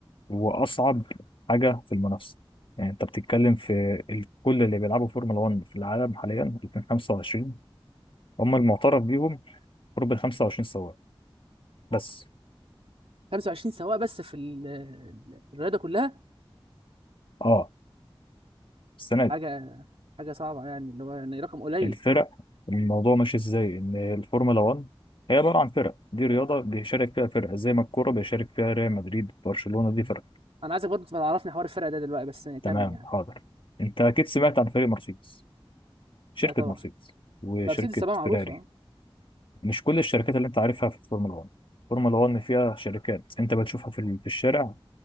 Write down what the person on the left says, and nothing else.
وأصعب حاجة في المنافسة يعني أنت بتتكلم في ال- كل اللي بيلعبوا فورمولا 1 في العالم حاليا 2025 هم المعترف بيهم قرب ال 25 سواق بس
أه السنة دي
الفرق الموضوع ماشي إزاي إن الفورمولا 1 هي عبارة عن فرق دي رياضة بيشارك فيها فرق زي ما الكورة بيشارك فيها ريال مدريد برشلونة دي فرق
فتمام
حاضر أنت أكيد سمعت عن فريق مرسيدس شركة
مرسيدس وشركة
فيراري
مش كل الشركات اللي انت عارفها في الفورمولا 1 الفورمولا 1 فيها شركات انت بتشوفها في ال- في الشارع